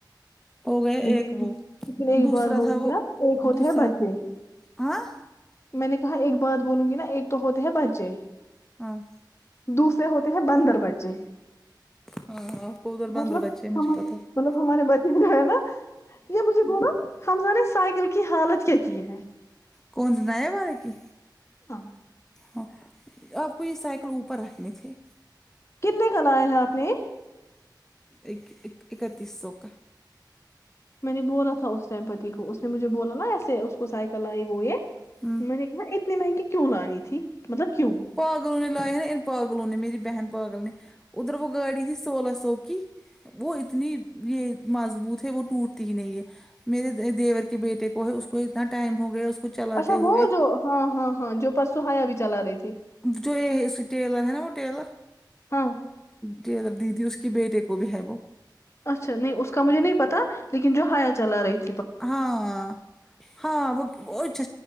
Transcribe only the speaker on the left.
لیکن
لیکن ایک
بات بولوں
گی نا ایک ہوتے
ہیں بچے
میں نے کہا ایک بات بولوں گی نا ایک تو ہوتے ہیں بچے
دوسرے ہوتے ہیں بندر بچے
مطلب
ہم
مطلب ہمارے بتی رہے نا یہ مجھے بولا ہمزہ نے سائیکل کی حالت کیا کی ہے
ہاں
کتنے کا لایا ہیں آپ نے یہ
میں نے بولا تھا اس ٹائم پتی کو اس نے مجھے بولا نا ایسے اس کو سائیکل آئی وہ یہ
میں نے میں اتنی مہنگی کیوں لانی تھی مطلب کیوں
اچھا وہ
جو ہاں ہاں ہاں جو پرسو حیا بھی چلا رہی تھی
ہاں
اچھا نہیں اس کا مجھے نہیں پتا لیکن جو ہایا چلا رہی ت